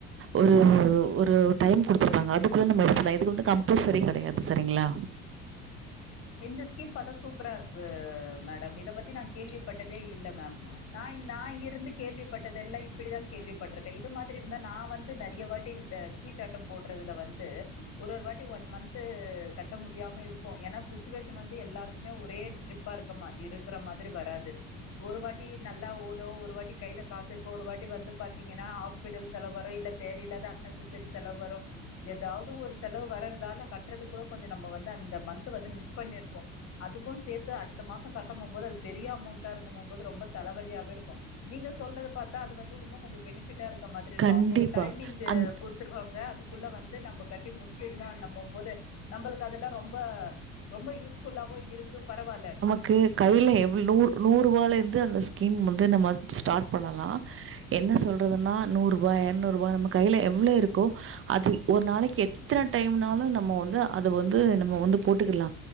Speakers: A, on the right; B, on the left.
A: ஒரு ஒரு டைம் குடுத்துருப்பாங்க அதுக்குள்ள நம்ம எடுத்துலாம் இது வந்து கம்பல்சரி கெடையாது சரிங்ளா
B: இந்த ஸ்கீம் பத்தா சூப்பரா இருக்கு மேடம் இத பத்தி நா கேள்வி பட்டதே இல்ல மேம் நா நா இருந்து கேள்விப்பட்டதெல்லாம் இப்புடிதா கேள்விப்பட்ரு இது மாதிரி இருந்தா நா வந்து நறைய வாட்டி இந்த சீடாட்டம் போட் றதுல்ல வந்து ஒரு ஒரு வாட்டி ஒன் மந்த் கட்ட முடியாம இருக்கும் ஏனா சுச் சிசுவேஷன் வந்து எல்லாருக்குமே ஒரே ட்ரிப்பா இருக்குமா இருக்குற மாதிரி வராது ஒரு வாட்டி நல்லா ஓடும் ஒரு வாட்டி கையில காசு இருக்கும் ஒரு வாட்டி வந்து பாத்தீங்கன்னா ஆஸ் பிடல் செலவு வரும் இல்ல தேவயில்லாத அன்னெஸசரிஸ் செலவு வரும் ஏதாவது ஒரு செலவு வரதுதால கட்றதுக்கு கூட கொஞ்சோம் நம்ம வந்து அந்த மந்த் வந்து மிஸ் பண்ணிருப்போம் அதுக்கோம் சேத்து அடுத்த மாசோம் கட்ட போமோது அது பெரிய அமௌண்டா இருக்கும் போமோது ரொம்ப தலவலியாவே இருக்கும் நீங்க சொல்றது பாத்தா அது வந்து உன்னும் கொஞ்சோம் பெனிஃபிட்டா இருக்க மாதிரி இருக்கும்
A: கண்டிப்பா
B: அவுங்க ஒரு டைமிங்க
A: அந்
B: குடுத் வந்துருவாங்க அதுக்குள்ள வந்து நம்ம கட்டி முடிச்சிர்ணுங்கம் போது நம்மளுக்கு அதெல்லா ரொம்ப ரொம்ப யூஸ் ஃபுல்லாவு இருக்கு பரவால்ல
A: க்கு கைல எவ்ளோ நூறு நூறுவாலருந்து அந்த ஸ்கீம் வந்து நம்ம ஸ்டாட் பண்ணலா என்ன சொல்றதுன்னா நூறு ரூபா ஏரநூறுபா நம்ம கைல எவ்ளோ இருக்கோ அது ஒரு நாளைக்கி எத்தன டைம்னாலு வந்து அதை வந்து நம்ம வந்து போட்டுக்கலா